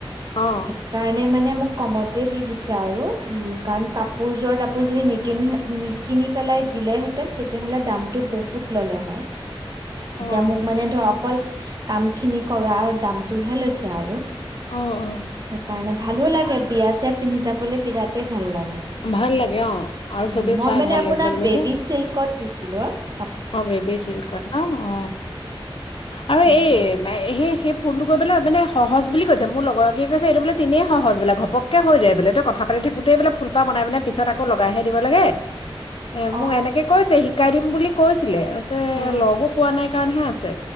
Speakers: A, on the left; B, on the right.
A: অ',
B: সেইকাৰণে মানে মোক কমতে দি দিছে আৰু কাৰণ কাপোৰ যোৰত নিকিনি পেলাই দিলে হেতেঁন তেতিয়া বহুত ল'লে
A: অ',
B: এতিয়া মোক মানে ধৰক অকল কামখিনি কৰাৰ দামটোহে লৈছে আৰু।
A: অ', অ',
B: সেইকাৰণে ভালো লাগে বিয়া চিয়াত পিন্ধি যাবলৈ বিৰাটেই ভাল লাগে,
A: ভাল লাগে অ', আৰু
B: অ',
A: চবে
B: মই
A: চাই
B: মানে
A: ভাল লাগিছে বুলি
B: বেবী
A: কয়।
B: চিল্কত দিছিলোঁ। <unintelligible>
A: অ' বেবী‍ চিল্কত ন। অ আৰু
B: সেইটো
A: এই সেই-সেই ফুলটো গৈ পেলাই মানে স সহজ বুলি কৈছে, মোৰ লগৰ এগৰাকীয়ে কৈছে এইটো বোলে তেনেই সহজ বোলে, ঘপকে হৈ যায় বোলে তই কথা পাতি থাকোঁতেই বোলে ফুলপাহ বনাই পিছত আকৌ লগাইহে দিব লাগে। এ, মোক
B: অ
A: এনেকে কৈছে শিকাই দিম বুলি কৈছিলে। <unintelligible>
B: অ
A: লগো পোৱা নাই কাৰণহে আছে।